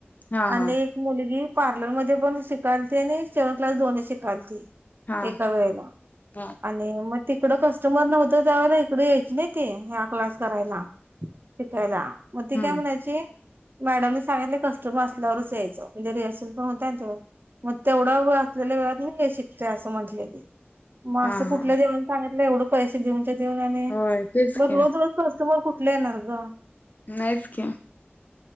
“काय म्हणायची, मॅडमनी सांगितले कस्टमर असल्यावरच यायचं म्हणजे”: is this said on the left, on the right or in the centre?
Right